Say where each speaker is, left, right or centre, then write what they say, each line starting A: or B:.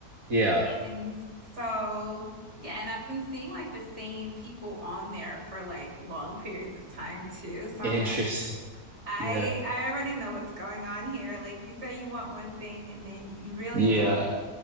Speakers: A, on the right (about 65°); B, on the right (about 45°).
A: Yeah.
B: and so yeah and I've been seeing like the same people on there for like long periods of time too so
A: <laughs> Interesting.
B: I'm like I
A: Yeah.
B: I already know what's going on here like you say you want one thing and then you really
A: Yeah.
B: don't